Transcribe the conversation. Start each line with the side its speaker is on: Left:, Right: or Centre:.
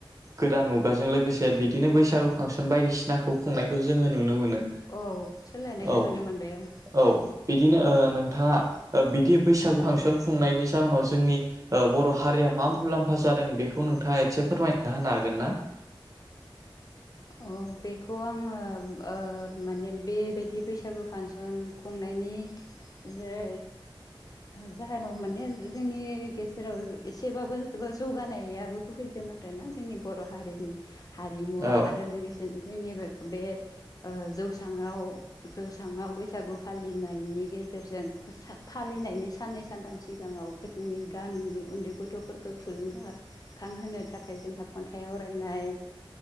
Right: गोदान मुगाजों लोगोसे बिदिनो बैसागु फांसन बायदिसिनाखौ खुंनायखौ जोङो नुनो मोनो।
Left: औ सोलायनायखौ
Right: औ
Left: नुनो मोनबाय ओं।
Right: औ बिदिनो ओ नोंथाङा ओ बिदि बैसागु फांसन खुंनायनि जाहोनाव जोंनि ओ बर' हारिया मा मुलाम्फा जादों बेखौ नोंथाङा एसे फोरमायना होनो हागोन ना।
Left: अ बेखौ आङो ओ माने बेबायदि बैसागु फांसन खुं नायनि <unintelligible> जा जाहोनाव माने जोंनि गेजेराव एसेबाबो जौगानायाबो फै फैदों आरोना जोंनि बर' हारिनि हारिमुवा
Right: औ
Left: लोगोसेनो जोंनि बे-बे जौसाङाव-जौसाङाव बैसागु फालिनाय नायनि गेजेरजों फालिनायनि साननै सानथाम सिगाङाव जोंनि गामिनि उन्दै गथ'फोरखौ थुलुंगाखां होनो थाखाय जोंहा खन्थाइ आवरायनाय ओ